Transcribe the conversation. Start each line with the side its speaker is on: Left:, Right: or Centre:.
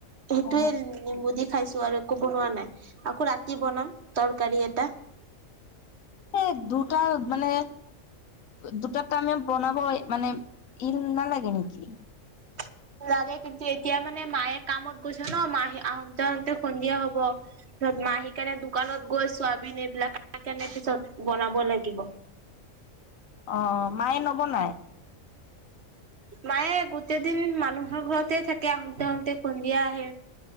Right: সেইটোয়ে
Left: অ
Right: নিম্বু দি খাইছো আৰু একো বনোৱা নাই। আকৌ ৰাতি বনাম তৰকাৰী এটা
Left: এক দু দুটা মানে দুটা টাইমে বনাব মানে ইল নালাগে নেকি?
Right: <inaudible> লাগে কিন্তু এতিয়া মানে মায়ে কামত গৈছে ন' মাহ আহতে -আহোঁতে সন্ধিয়া হব। পিছত মা আহি কেনে দোকানত গৈ চোৱাবিন এইবিলাক আনি কেনে পিছত বনাব লাগিব।
Left: অ', মায়ে নবনাই?
Right: মায়ে গোটেই দিন মানুহৰ ঘৰত তে থাকে আহোঁতে- আহোঁতে সন্ধিয়া আহে।